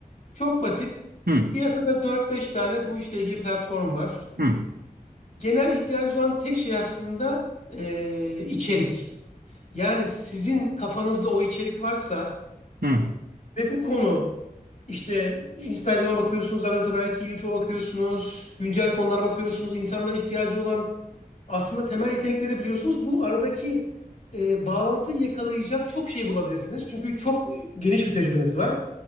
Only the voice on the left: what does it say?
Çok basit.
Piyasada dört beş tane bu işle ilgili platform var.
Genel ihtiyacı olan tek şey aslında eee, içerik. Yani sizin kafanızda o içerik varsa
ve bu konu işte Instagram'a bakıyorsunuz arada belki YouTube'a bakıyorsunuz, güncel konulara bakıyorsunuz, insanların ihtiyacı olan aslında temel yetenekleri biliyorsunuz. Bu aradaki e, bağlantıyı yakalayacak çok şey bulabilirsiniz. Çünkü çok geniş bir tecrübeniz var.